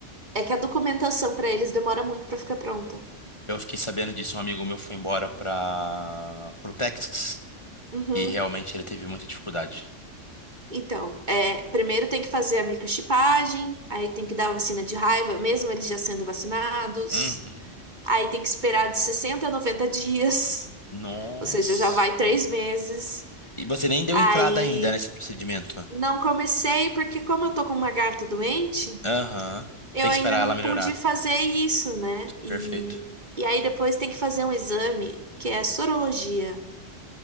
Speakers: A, on the right; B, on the left.
A: é que a documentação para eles demora muito para ficar pronta.
B: Eu fiquei sabendo disso, um amigo meu foi embora para pro Texas
A: Uhum.
B: e realmente ele teve muita dificuldade.
A: Então, é, primeiro tem que fazer a microchipagem, aí tem que dar a vacina de raiva, mesmo eles já sendo vacinados.
B: Uhum.
A: Aí tem que esperar de 60 a 90 dias,
B: Nossa.
A: <laughs> ou seja, já vai três meses.
B: E você nem deu
A: Aí
B: entrada ainda nesse procedimento.
A: não comecei, porque como eu tô com uma garta doente,
B: Aham.
A: eu
B: Tem
A: ainda
B: que esperar
A: não
B: ela
A: pude
B: melhorar.
A: fazer isso, né? E,
B: Perfeito.
A: e aí depois tem que fazer um exame, que é sorologia.